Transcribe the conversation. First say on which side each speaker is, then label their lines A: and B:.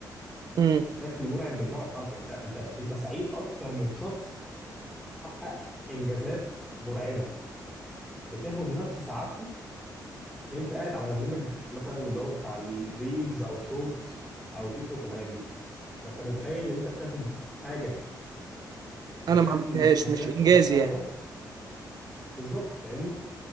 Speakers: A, on the right (about 60°); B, in the centre.
A: امم
B: بشكل مرعب بالمعنى الحرفي انت انت انت سعيد اكتر من شخص حقق انجازات مرعبه بتاخد نفس سعادته عشان انت قاعد على برنامج مثلا اللي هو بتاع الريلز او شورتس او تيك توك والحاجات دي فانت متخيل ان انت بتاخد حاجه بشكل
A: انا ما عملتهاش
B: مكثف
A: مش انجازي
B: شبه
A: يعني
B: ده بالظبط فاهمني